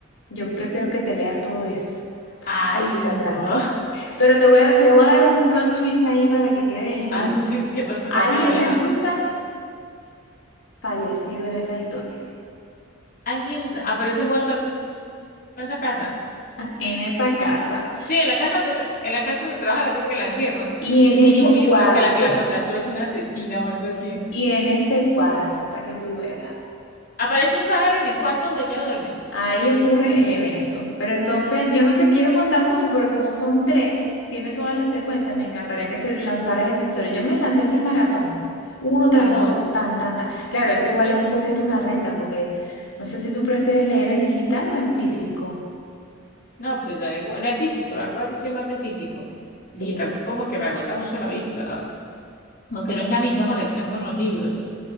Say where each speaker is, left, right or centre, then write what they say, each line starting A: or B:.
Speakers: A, on the left; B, on the left.
A: yo prefiero que te leas todo eso,
B: Ay,
A: que te atrape.
B: no.
A: Pero te voy a, te voy a dar un plot twist ahí para que quedes impactada.
B: Ay, sí, ¿qué pasó?
A: Alguien
B: ¿Qué hace la vieja?
A: resulta fallecido en esa historia,
B: Alguien aparece muerto en esa casa.
A: en esa casa.
B: Sí, en la casa donde, tra- en la casa donde trabaja la tipa que la encierra.
A: Y en
B: Mínimo,
A: ese
B: mínimo,
A: cuarto,
B: la que la, que la contrató es una asesina o algo así.
A: y en ese cuarto, para que tú veas,
B: Aparece un cadáver en el cuarto donde ella duerme.
A: ahí ocurre el evento. Pero entonces yo no te quiero contar mucho, pero como son tres, tiene toda la secuencia, me encantaría que te lanzaras esa historia. Yo me lancé ese
B: Ay,
A: maratón,
B: no.
A: uno tras
B: Y no,
A: otro, tan, tan, tan. Claro, eso igual es un poquito una renta, porque no sé si tú prefieres leer en digital o en físico.
B: no, pues da igual. No es físico, la verdad, yo soy más de físico. Digital,
A: Sí.
B: como que me agota mucho la vista, la verdad. Como que no es la misma conexión con los libros.